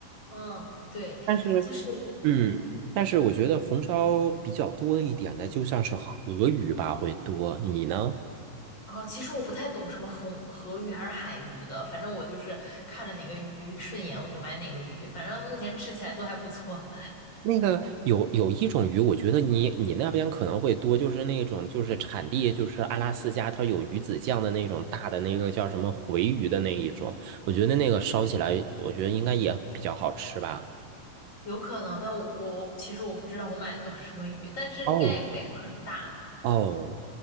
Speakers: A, on the left; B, on the right.
A: 嗯，对，
B: 但是
A: 就是嗯，
B: 嗯，但是我觉得红烧比较多一点的，就像是河鱼吧，会多。你呢？
A: 哦，其实我不太懂什么红河鱼还是海鱼的，反正我就是看着哪个鱼顺眼我就买哪个鱼，反正目前吃起来都还不错，
B: 那个有有一种鱼，我觉得你你那边可能会多，就是那种就是产地就是阿拉斯加，它有鱼子酱的那种大的那个叫什么回鱼的那一种，我觉得那个烧起来，我觉得应该也比较好吃吧。
A: 有可能，但我我其实我不知道我买的都是什么鱼，但是应该也没有很大
B: 哦，哦，